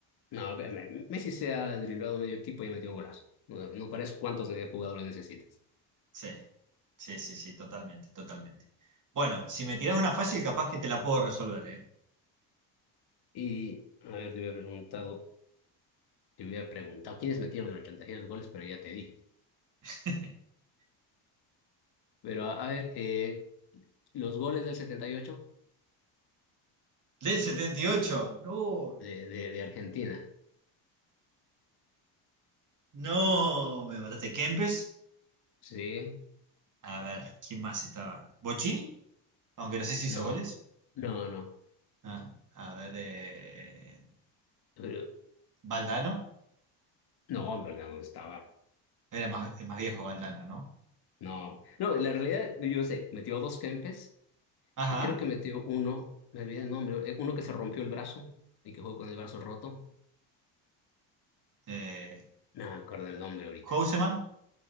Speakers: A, on the left; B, on the right.
A: No, que
B: Sí,
A: me- Messi se ha driblado medio equipo y ha metido un golazo. No, no parece cuántos jugadores necesitas.
B: sí, sí, sí, sí, totalmente, totalmente. Bueno, si me tirás una fácil, capaz que te la puedo resolver, ¿eh?
A: Y, a ver, te hubiera preguntado. Te hubiera preguntado quiénes metieron el 86 goles, pero ya te dije.
B: <laughs>
A: Pero a, a ver, eh, los goles del 78
B: Del 78 No.
A: de, de, de Argentina.
B: No, me mataste. Kempes.
A: Sí,
B: A ver, ¿quién más estaba? ¿Bochini? Aunque no sé si hizo
A: no,
B: goles.
A: no, no.
B: Ah, a ver, eh,
A: Pero-
B: Valdano.
A: No, pero no estaba.
B: Era más, es más viejo Valdano, ¿no?
A: No, no, la realidad, yo sé, metió dos Kempes
B: Ajá.
A: y creo que metió uno, me olvidé el nombre, eh, uno que se rompió el brazo y que jugó con el brazo roto.
B: Eh,
A: No me acuerdo el nombre ahorita.
B: Houseman.